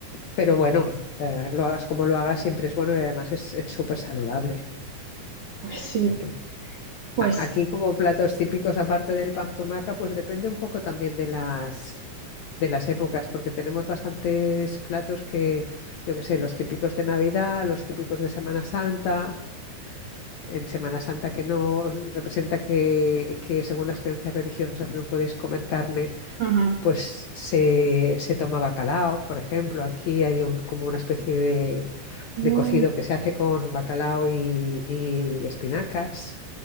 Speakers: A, on the left (about 65°); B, on the right (about 55°).
A: Pero bueno, eh, lo hagas como lo hagas, siempre es bueno y además es es súper saludable.
B: Pues sí.
A: O sea que
B: Pues,
A: a- aquí como platos típicos, aparte del pan tumaca, pues depende un poco también de las, de las épocas, porque tenemos bastantes platos que, yo qué sé, los típicos de Navidad, los típicos de Semana Santa. En Semana Santa que no representa que, que según las creencias religiosas no puedes comer carne
B: ujú.
A: pues se, se toma bacalao, por ejemplo. Aquí hay un, como una especie de,
B: Mm,
A: de cocido que se hace con bacalao y, y espinacas.